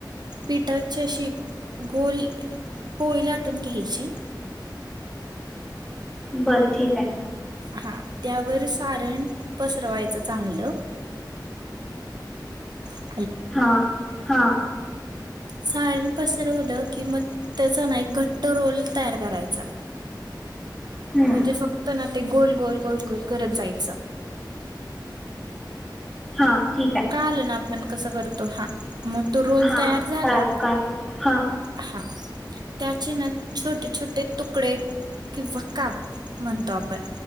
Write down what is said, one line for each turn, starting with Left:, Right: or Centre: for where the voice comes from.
Right: पिठाची अशी गोल पोळी लाटून घ्यायची
Centre: बरं ठीक आहे.
Right: हा त्यावर सारण पसरवायचं चांगलं ह.
Centre: हा हा.
Right: साारन पसरवलं की मग त्याचा ना एक घट्ट रोल तयार करायचा.
Centre: हम्म
Right: म्हणजे फक्त ना ते गोल गोल गोल गोल करत जायचं.
Centre: हा. ठीक आहे
Right: कळालं ना? आपण कस करतो? हा. तो रोल
Centre: हा
Right: तयार
Centre: हा
Right: झाला
Centre: कळालं कळालं हा.
Right: हा त्याचे ना छोटे छोटे तुकडे किंवा काप म्हणतो आपण